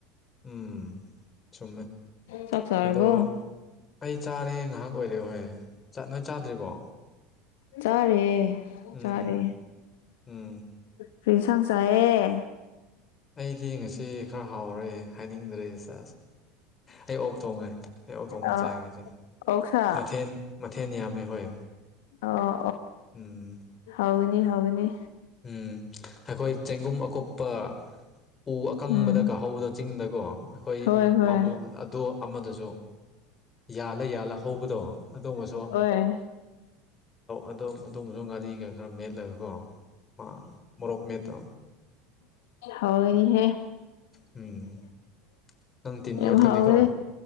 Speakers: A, on the left; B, on the left.
A: ꯎꯝ ꯆꯨꯝꯃꯦ
B: ꯁꯛꯁ ꯑꯔꯕꯨꯣ
A: ꯑꯗꯣ ꯑꯩ ꯆꯥꯔꯦ ꯉꯥꯏꯍꯥꯛ ꯑꯣꯏꯔꯦ ꯍꯣꯏ ꯆ ꯅꯣꯏ ꯆꯥꯗ꯭ꯔꯤꯕꯣ
B: ꯆꯥꯔꯦ
A: ꯎꯝ
B: ꯆꯥꯔꯦ
A: ꯎꯝ ꯎꯝ ꯎꯝ
B: ꯐꯤ ꯁꯪꯁ ꯑꯦꯦ
A: ꯑꯩꯗꯤ ꯉꯁꯤ ꯈꯔ ꯍꯥꯎꯔꯦ ꯍꯥꯏꯅꯤꯡꯗ꯭ꯔꯦꯁꯦ ꯑꯩ ꯑꯣꯛ ꯊꯣꯡꯉꯦ ꯑꯩ ꯑꯣꯛ ꯊꯣꯡꯕ
B: ꯑ
A: ꯆꯥꯏ ꯉꯁꯦ
B: ꯑꯣꯛꯁꯥ
A: ꯃꯊꯦꯜ ꯃꯊꯦꯜ ꯌꯥꯝꯃꯦ ꯍꯣꯏ
B: ꯑꯣ
A: ꯎꯝ
B: ꯑꯣ ꯍꯧꯅꯤ ꯍꯧꯅꯤ
A: ꯎꯝ ꯑꯩꯈꯣꯏ ꯆꯦꯡꯒꯨꯝ ꯑꯀꯨꯞꯄ ꯎ ꯑꯀꯪꯕꯗ
B: ꯎꯝ
A: ꯀꯥꯍꯧꯕꯗꯣ ꯆꯤꯡꯗꯀꯣ ꯑꯩꯈꯣꯏ
B: ꯍꯣꯏ ꯍꯣꯏ
A: ꯄꯥꯝꯂꯣ ꯑꯗꯣ ꯑꯃꯗꯁꯨ ꯌꯥꯜꯂ ꯌꯥꯜꯂ ꯍꯧꯕꯗꯣ ꯑꯗꯨꯒꯃꯁꯨ
B: ꯑꯣꯏꯣꯏ
A: ꯑꯗꯨꯣꯝꯕꯁꯨ ꯉꯥꯔꯤꯒ ꯈꯔ ꯃꯦꯠꯂꯒꯀꯣ ꯃꯥ ꯃꯣꯔꯣꯛꯛ ꯃꯇ
B: ꯑ ꯍꯅꯤ ꯍꯦ
A: ꯎꯝ ꯅꯪ ꯇꯤꯟ ꯌꯣꯠꯀꯅꯤꯀꯣ
B: ꯑꯦꯚꯥꯎ